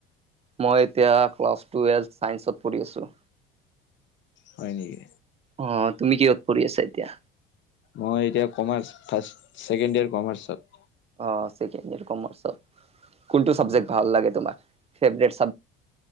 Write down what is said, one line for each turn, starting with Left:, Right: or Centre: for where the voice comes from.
Right: মই এতিয়া ক্লাছ টোৱেলভ চাইন্সত পঢ়ি আছো।
Left: হয় নেকি।
Right: অ তুমি কিহত পৰি আছা এতিয়া
Left: মই এতিয়া কমাৰ্চ ফাৰ্ষ্ট ছেকেণ্ড ইয়েৰ কমাৰ্চত
Right: অ ছেকেণ্ড ইয়েৰৰ কমাৰ্চত কোনটো চাবজেক
Left: অ
Right: ভাল লাগে তোমাৰ ফেভৰেত